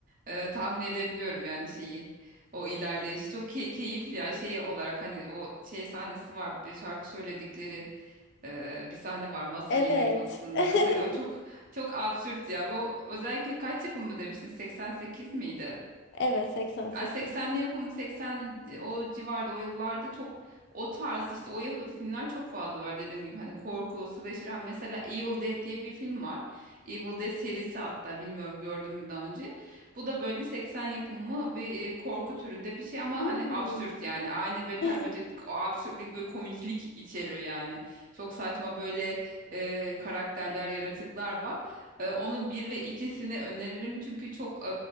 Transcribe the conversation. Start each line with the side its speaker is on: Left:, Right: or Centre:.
Right: e, tahmin edebiliyorum yani şeyi. O ilerleyiş çok key- keyifli ya şey olarak hani o şey sahnesi var bir şarkı söyledikleri e, bir sahne var masa
Left: Evet.
Right: yemek masasında
Left: <laughs>
Right: mesela o çok çok absürt ya bu özellikle kaç yapımı demiştin 88 miydi?
Left: Evet 88.
Right: Ay 80'li yapımı 80 e, o civarda o yıllarda çok o tarz işte o yapıda filmler çok fazla var dediğim gibi hani korku, slasher hani mesela Evil Dead diye bir film var. Evil Dead serisi hatta bilmiyorum gördün mü daha önce. Bu da böyle 80 yapımı bir e, korku türünde bir şey ama
Left: Hmm.
Right: hani absürt yani aynı Beter
Left: <laughs>
Right: Böcek'teki o absürtlük ve komiklik içeriyor yani. Çok saçma böyle e, karakterler, yaratıklar var. Ee, onun bir ve ikisini öneririm çünkü çok e,